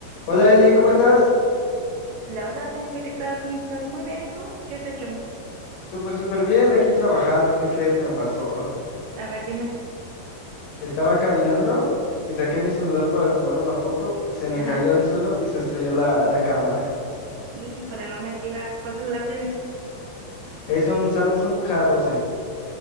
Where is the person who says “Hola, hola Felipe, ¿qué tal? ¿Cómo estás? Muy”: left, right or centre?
Right